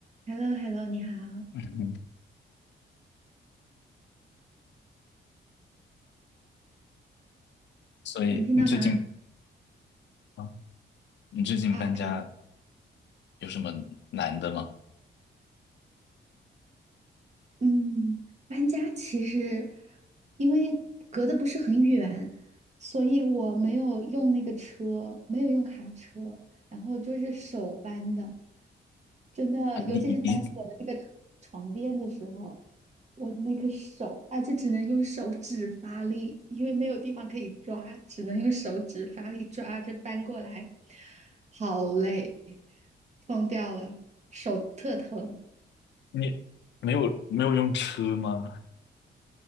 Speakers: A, on the right (about 40°); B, on the left (about 70°).
A: h e l l o h e l l o 你好，
B: 嗯，所以你最近
A: 能听到吗？
B: 啊，你最近搬家
A: 啊，可以，
B: 有什么难的吗？
A: 嗯，搬家其实因为隔得不是很远，所以我没有用那个车，没有用卡车，然后就是手搬的，真的，
B: 啊你你你
A: 尤其是搬我的那个床床垫的时候，我那个手，而且只能用手指发力，因为没有地方可以抓，只能用手指发力抓着搬过来，好累，疯掉了，手特疼。
B: 你没有没有用车吗？